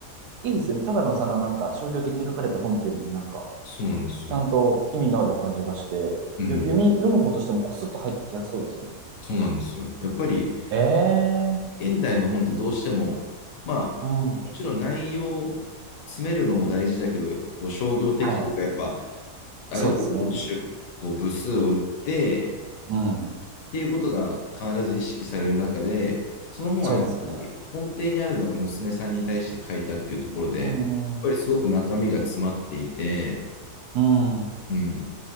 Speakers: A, on the right; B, on the left.
A: いいですよね。ただのそのなんか商業的に書かれた本っていうよりもなんか、
B: そうなんですよ。
A: ちゃんと意味のある感じがして、
B: うん、
A: よ読み、読む方としてもこすっと入ってきやすそうですね。
B: そうなんですよ。やっぱり、
A: ええ
B: 現代の本ってどうしても、まあ、
A: うん。
B: もちろん内容、詰めるのも大事だけど、こう商業的というか、
A: はい。
B: やっぱ、ある程度出こう部数を打って、
A: そうですね。うん。
B: っていうことが必ず意識される中で、その本はやっぱり根底にあるのが娘さんに対して書いたっていうところで、
A: そうですね。うんうん。
B: やっぱりすごく中身が詰まっていて、
A: うん。
B: うん、